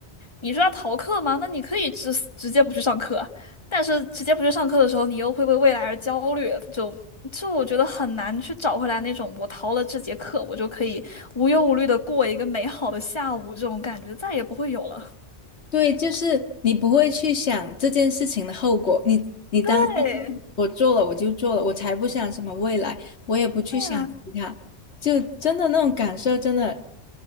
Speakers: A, on the left; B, on the left.
A: 你说要逃课吗？那你可以直直接不去上课，但是直接不去上课的时候，你又会为未来而焦虑，就就我觉得很难去找回来那种我逃了这节课，我就可以无忧无虑的过一个美好的下午这种感觉，再也不会有了。
B: 对，就是你不会去想这件事情的后果，你你当下
A: 对，
B: 我做了我就做了，我才不想什么未来，我也不去想其他，
A: 对
B: 就真的那种感受，真的